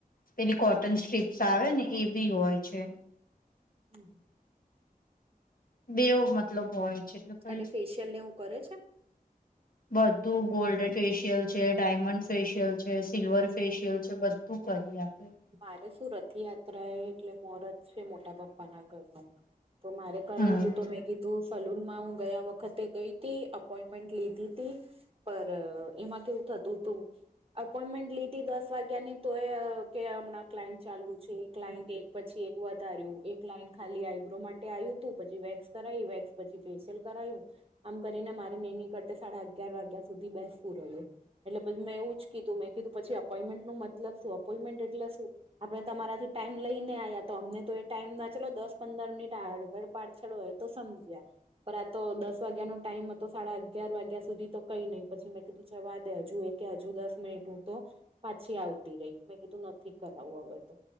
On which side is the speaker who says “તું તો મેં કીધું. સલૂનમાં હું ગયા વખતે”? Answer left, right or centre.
Right